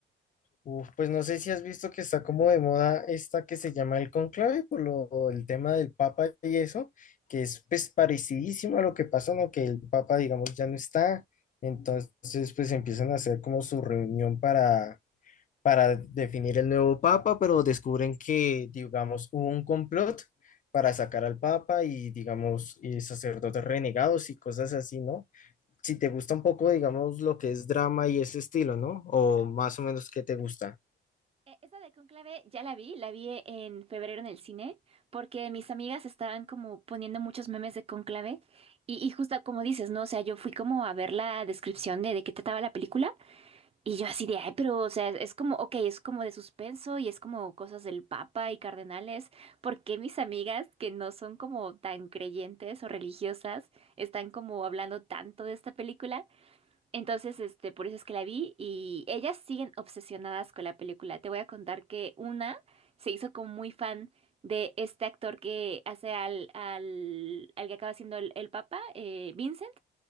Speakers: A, on the left; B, on the right.
A: Uf, pues no sé si has visto que está como de moda esta que se llama el conclave por lo, el tema del Papa y eso, que es pues parecidísimo a lo que pasó, ¿no? Que el Papa, digamos, ya no está, entonces pues empiezan a hacer como su reunión para, para definir el nuevo Papa, pero descubren que, digamos, hubo un complot para sacar al Papa y, digamos, y sacerdotes renegados y cosas así, ¿no? si te gusta un poco, digamos, lo que es drama y ese estilo, ¿no? O más o menos qué te gusta.
B: Eh, esa de Conclave ya la vi, la vi en febrero en el cine, porque mis amigas estaban como poniendo muchos memes de Conclave y, y justo como dices, ¿no? O sea, yo fui como a ver la descripción de de qué trataba la película. Y yo así de, ay, pero, o sea, es como, ok, es como de suspenso y es como cosas del Papa y cardenales. ¿Por qué mis amigas que no son como tan creyentes o religiosas están como hablando tanto de esta película? Entonces, este, por eso es que la vi y ellas siguen obsesionadas con la película. Te voy a contar que una se hizo como muy fan de este actor que hace al, al, al que acaba siendo el, el Papa, eh, Vincent.